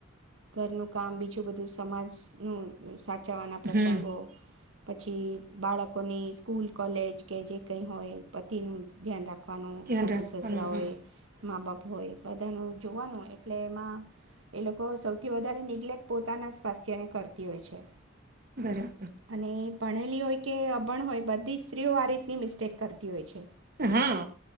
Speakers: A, on the right (about 80°); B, on the right (about 50°).
A: ઘરનું કામ બીજું બધું સમાજ નું જવાના પ્રસંગો
B: હમ
A: પછી બાળકોની સ્કૂલ કોલેજ કે જે કઈ હોય પતીનું ધ્યાન રાખો. વાનું,
B: ધ્યાન
A: સાસુ
B: રાખવાનું
A: સસરા
B: હમ
A: હોય, મા બાપ હોય બધાનું જોવાનું એટલે એમાં એ લોકો શો વધારે નિગ્લેક્ટ પોતાના સ્વાસ્થ્યને કરતી હોય છે.
B: બરાબર.
A: અને ભણેલી હોય કે અભણ હોય બધી સ્ત્રીઓ આ રીતની મિસ્ટેક કરતી હોય છે.
B: હા,